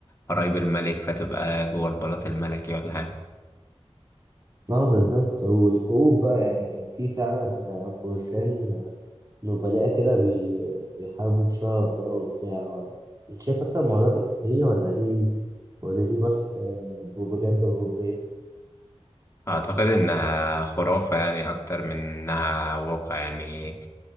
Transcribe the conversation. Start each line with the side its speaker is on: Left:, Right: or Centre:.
Left: قرايب الملك فتبقى جوه البلاط الملكي ولا حاجة
Right: اه بالظبط والحقوق بقى يعني كان في فعلا فرسان نبلاء كده بي... بيحاربوا بشرف بقى وبتاع انت شايف اصلا الموضوع ده كان حقيقي ولا دي ولا دي بس آه، بروباجندا أوروبية؟
Left: أعتقد إنها خرافة يعني أكتر من إنها واقع يعني